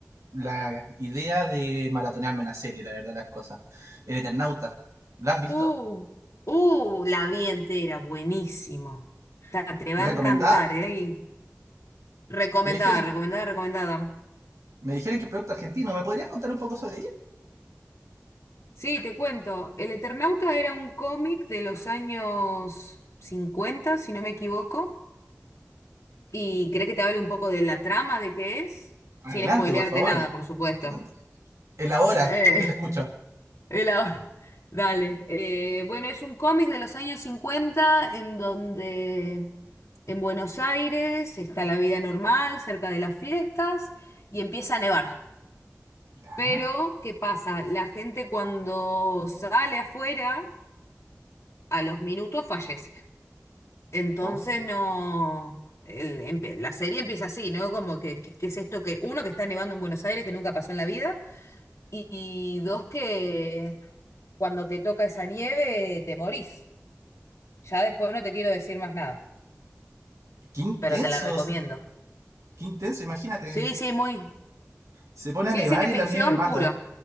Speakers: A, on the right (about 70°); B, on the left (about 60°).
A: la idea de maratonearme una serie, la verdad las cosas. El Eternauta, ¿la has visto?
B: Uh, uh, la vi entera, buenísimo. Ta- te va
A: ¿Recomendada?
B: a encantar, ¿eh? Y recomendada,
A: Me dijeron,
B: recomendada, recomendada.
A: me dijeron que es producto argentino, ¿me podrías contar un poco sobre ella?
B: Sí, te cuento. El Eternauta era un cómic de los años 50 si no me equivoco. ¿Y crees que te hable un poco de la trama de qué es?
A: Adelante,
B: Sin spoilearte
A: por favor.
B: nada, por supuesto.
A: No, Elabora,
B: Eh,
A: yo te escucho.
B: El ahora, <laughs> Dale. Eh, bueno, es un cómic de los años 50 en donde en Buenos Aires está la vida normal, cerca de las fiestas, y empieza a nevar.
A: ¿Ya?
B: Pero, ¿qué pasa? La gente cuando sale afuera, a los minutos fallece. Entonces
A: Oh,
B: no... el- empe- la serie empieza así, ¿no? Como que, que- que es esto que, uno, que está nevando en Buenos Aires, que nunca pasó en la vida, y y dos, que cuando te toca esa nieve, te morís. Ya después no te quiero decir más nada,
A: qué intensos,
B: pero te la recomiendo.
A: qué intenso, imagínate.
B: Sí, sí, muy.
A: Se pone a
B: Ciencia
A: nevar y la
B: ficción
A: nieve mata.
B: puro.